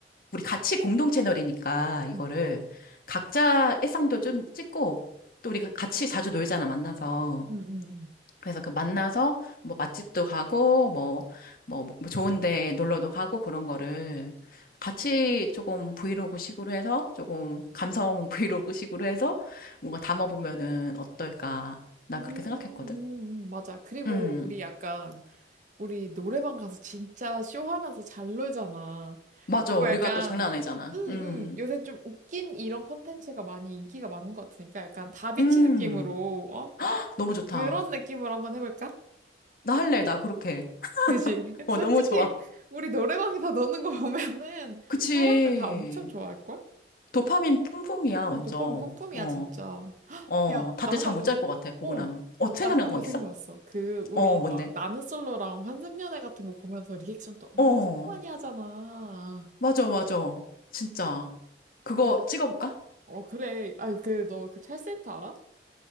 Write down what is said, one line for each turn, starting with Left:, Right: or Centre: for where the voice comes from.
Left: 우리 같이 공동 채널이니까 이거를
Right: 응,
Left: 각자 일상도 좀 찍고 또 우리가 같이 자주 놀잖아, 만나서.
Right: 응, 응. 응.
Left: 그래서 그 만나서 뭐 맛집도 가고 뭐, 뭐, 뭐 뭐 좋은 데 놀러도 가고 그런 거를 같이 조금 브이로그 식으로 해서 조금 감성 <laughs> 브이로그 식으로 해서 뭔가 담아보면은 어떨까. 난
Right: 음, 음,
Left: 그렇게 생각했거든.
Right: 음, 맞아. 그리고
Left: 음.
Right: 우리 약간, 우리 노래방 가서 진짜 쇼하면서 잘 놀잖아.
Left: 맞아.
Right: 그거
Left: 우리가
Right: 약간,
Left: 또 장난 아니잖아.
Right: 응,
Left: 음.
Right: 응. 요새 좀 웃긴 이런 콘텐츠가 많이 인기가 많은 것 같으니까 약간 다비치
Left: 음.
Right: 느낌으로, 어?
Left: 너무 좋다.
Right: 그런 느낌으로 한번 해볼까?
Left: 나 할래. 나 그렇게.
Right: 그지? <laughs>
Left: 어,
Right: 솔직히
Left: 너무 좋아.
Right: 우리 노래방에서 노는 거 보면은
Left: 그치.
Right: 사람들 다 엄청 좋아할걸?
Left: 도파민 뿜뿜이야,
Right: 응,
Left: 완전.
Right: 도파민 뿜뿜이야
Left: 어.
Right: 진짜. <gasps>
Left: 어.
Right: 야,
Left: 다들
Right: 나 하나
Left: 잠
Right: 더,
Left: 못 잘
Right: 생-
Left: 것 같아, 보고
Right: 어,
Left: 나면. 어, 생각난
Right: 나 하나 더
Left: 거 있어?
Right: 생각났어. 그 우리
Left: 어, 뭔데?
Right: 막 나는 솔로랑 환승연애 같은 거 보면서 리액션 또 엄청
Left: 어,
Right: 많이 하잖아.
Left: 맞아, 맞아. 진짜. 그거
Right: 아,
Left: 찍어볼까?
Right: 어 그래. 아, 그 너 그 찰센터 알아?